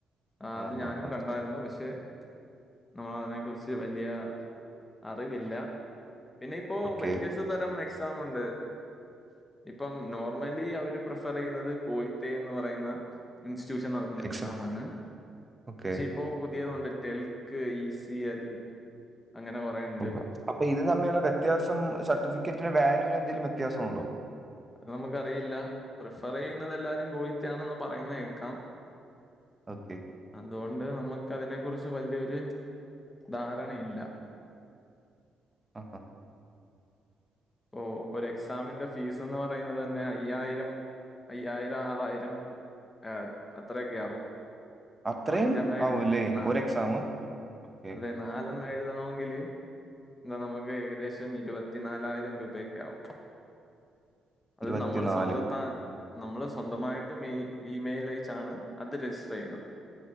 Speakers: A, on the left; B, on the right.
A: ആഹ്
B: ആ
A: അത്
B: ഹാ
A: ഞാനും
B: ഹാ
A: കണ്ടാർന്നു പക്ഷേ നമ്മൾ അതിനെ കുറിച്ച് വല്യ അറിവില്ല പിന്നെ ഇപ്പോ
B: ഓക്കെ
A: വ്യത്യസ് തരം എക്സാംമ്ണ്ട് ഇപ്പം നോർമലി അവര് പ്ര പറയുന്നത് കോയിത്തേന്ന് പറയുന്ന ഇൻസ്റ്റിറ്റ്യൂഷൻ നടത്തുന്ന
B: എക്സാം
A: എക്സാമാണ്
B: ഓക്കെ
A: പക്ഷേ ഇ പ്പോ പുതിയതൊണ്ട് ടെൽക്ക്, ഈ സി എൽ അങ്ങനെ കുറെ ഉണ്ട്
B: <unintelligible> അപ്പൊ ഇത് തമ്മിഉള്ള വ്യത്യാസം സർട്ടിഫിക്കറ്റിലെ വാല്യൂല് എന്തെലും വ്യത്യാസം ഉണ്ടോ
A: നമുക്കറിയില്ല പ്രിഫർ ചെയ്യുന്നത് എല്ലാരും ഗോയിറ്റ ആണന്ന് പറയുന്ന കേക്കാം
B: ഓക്കേ
A: അതുകൊണ്ട് നമുക്ക് അതിനെ കുറിച്ച് വല്യ ഒരു ധാരണഇല്ല
B: ആഹ് ഹ
A: ഓ ഒര് എക്സാമിന്റെ ഫീസ് എന്ന് പറയുന്നത് തന്നെ അയ്യായിരം അയ്യായിരം ആറായിരം ആഹ് അത്രയൊക്കെ ആവും
B: അത്രയും
A: ഇപ്പം അഞ്ചെണ്ണം എഴുത
B: ആവൂല്ലേ
A: നാ
B: ഒരു എക്സാം ഓക്കെ
A: അതെ നാലെണ്ണം എഴുതണോങ്കില് എന്താ നമുക്ക് ഏകദേശം ഇരുപത്തിനാലായിരം രൂപഓക്കെ ആവും അത്
B: ഇരുപത്തിനാല്
A: നമ്മള് സ്വന്തത്താ നമ്മള് സ്വന്തമായിട്ട് മെയി ഇമെയിൽ അയച്ചാണ് അത് രജിസ്റ്റർ ചെയ്യുന്നത്